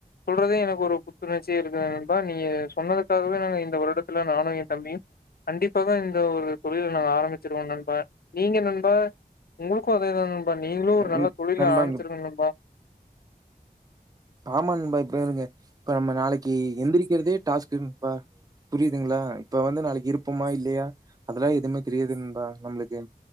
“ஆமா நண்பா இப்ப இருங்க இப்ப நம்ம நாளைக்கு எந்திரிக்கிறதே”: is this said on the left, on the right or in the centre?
Right